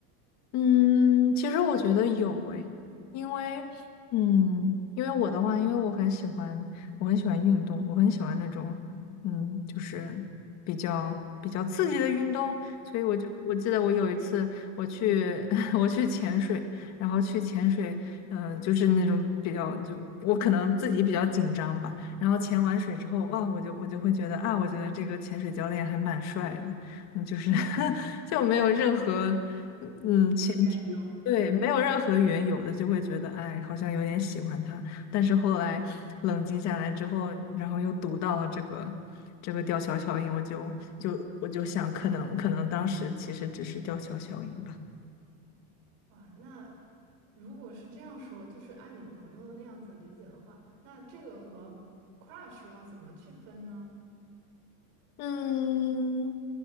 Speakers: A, on the left (about 35°); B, on the right (about 55°).
A: 嗯，其实我觉得有诶，因为，嗯，因为我的话，因为我很喜欢，我很喜欢运动，我很喜欢那种，嗯，就是比较比较刺激的运动，所以我就我记得我有一次我去
B: 嗯，
A: <laughs> 我去潜水，然后去潜水，嗯、就是那种比较就我可能自己比较紧张吧，然后潜完水之后，哇，我就我就会觉得啊，我觉得这个潜水教练还蛮帅的，嗯，就是 <laughs> 就没有任何。嗯，
B: 没有缘由。
A: 前提，对，没有任何缘由的就会觉得，哎，好像有点喜欢他。但是后来冷静下来之后，然后又读到了这个这个吊桥效应，我就就我就想，可能可能当时其实只是吊桥效应吧。
B: 哇，那如果是这样说，就是按你朋友那样子理解的话，那这个和 crush 要怎么去分呢？
A: 嗯，